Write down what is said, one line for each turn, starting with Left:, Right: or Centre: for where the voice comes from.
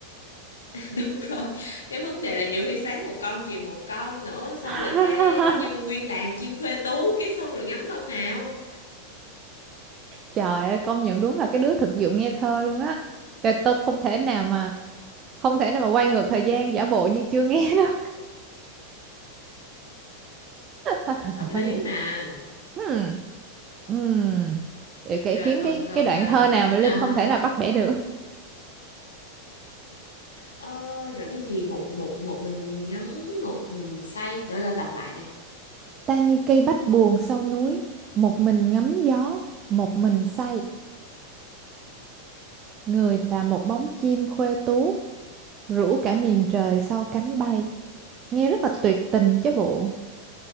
Left: <laughs> đúng rồi cái vấn đề là nhiều khi sáng một con chiều một con nữa xong
Right: <laughs>
Left: rồi cái cái như nguyên đàn chim thuê tú cái xong rồi ngắm con nào
Right: Trời ơi, công nhận đúng là cái đứa thực dụng nghe thơ luôn á. Trời, tôi không thể nào mà không thể nào mà quay ngược thời gian giả bộ như chưa nghe đó. hết thần thần
Left: hợp lý
Right: hóa đá
Left: mà
Right: Hmm. Hmm. Để kể
Left: rồi
Right: kiếm
Left: còn
Right: cái
Left: còn
Right: cái đoạn
Left: ờ,
Right: thơ nào mà Linh
Left: ờ,
Right: không thể nào bắt bẻ được.
Left: Ờ, rồi cái gì một một một mình ngắm một mình say đỡ đỡ đọc lại đi
Right: Ta như cây bách buồn sau núi, một mình ngắm gió, một mình say. Người là một bóng chim khuê tú, rủ cả miền trời sau cánh bay. Nghe rất là tuyệt tình chứ bộ.